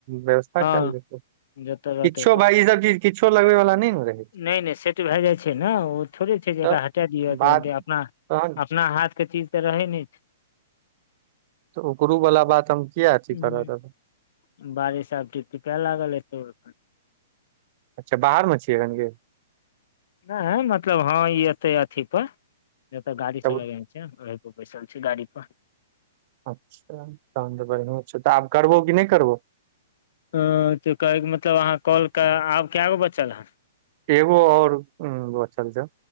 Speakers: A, on the right; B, on the left.
A: व्यवस्था
B: हँ
A: कयल जेतै
B: जतऽ रहतै
A: किछो भाय ई सब चीज किछ लगेवे वला नहि नेे
B: नहि नहि सेट भए जाइ छै न ओ थोड़े छै जे
A: तऽ
B: एकरा हटा दिअ
A: बात
B: तुरन्ते अपना
A: तहन
B: अपना हाथके चीज तऽ रहै नै छै
A: तऽ ओकरो वाला बात हम किया अथी
B: हूं,
A: करऽ रहबै
B: बारिश आब टिप टिपै लागल एतैओ
A: अच्छा बाहर मे छियै एखन की
B: नहि मतलब ह ई एते अथी पर एत गाड़ी
A: तब
B: सब लगे <unintelligible> बैसल छै गाड़ी पर
A: अच्छा तहन तऽ बदिया छै तऽ आब करबो कि नहि करबो
B: ह तऽ कहैके मतलब अहाँ कॉलके आब केगो बचल हैन
A: एगो ओर बचल छौ